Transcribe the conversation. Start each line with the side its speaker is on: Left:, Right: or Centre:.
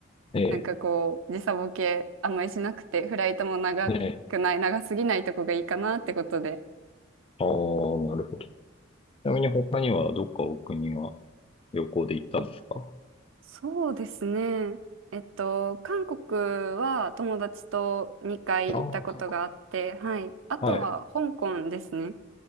Left: ーええ、
Right: なんかこう、時差ボケあんまりしなくて、フライトも長くない、
Left: ねえ、
Right: 長すぎないとこがいいかなってことで。
Left: ああ、なるほど。ちなみに他にはどっかお国は旅行で行ったんですか
Right: そうですね。えっと、韓国は友達と2回行ったことがあって、
Left: ああー、韓国。
Right: はい。あとは香港ですね。
Left: はい。